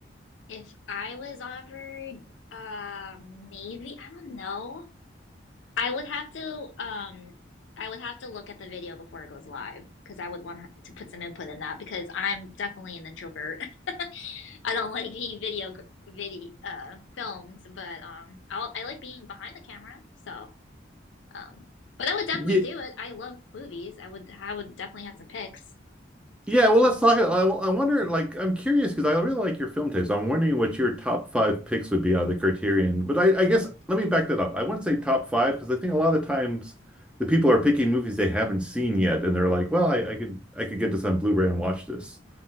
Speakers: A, on the left; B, in the centre.
A: If I was offered, uh, maybe, I don't know. I would have to, um, I would have to look at the video before it goes live because I would want to put some input in that because I'm definitely an introvert. <laughs> I don't like being video, video, uh, filmed, but, um, I'll, I like being behind the camera. So, um, but I would definitely
B: Yeah.
A: do it. I love movies. I would, I would definitely have some picks.
B: Yeah, well, let's talk. I, I wonder, like, I'm curious because I really like your film taste. I'm wondering what your top five picks would be out of the Criterion. But I, I guess let me back that up. I wouldn't say top five because I think a lot of the times the people are picking movies they haven't seen yet, and they're like, "Well, I, I could I could get this on Blu-ray and watch this."